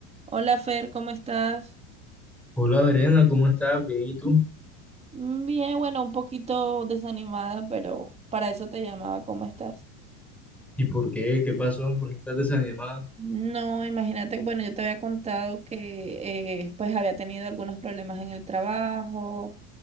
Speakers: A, on the right (about 15°); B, in the centre.
A: Hola Fer, ¿cómo estás?
B: Hola Verena, ¿cómo estás? Bien, ¿y tú?
A: Bien, bueno, un poquito desanimada, pero para eso te llamaba. ¿Cómo estás?
B: ¿Y por qué? ¿Qué pasó? ¿Por qué estás desanimada?
A: No, imagínate, bueno, yo te había contado que eh, pues había tenido algunos problemas en el trabajo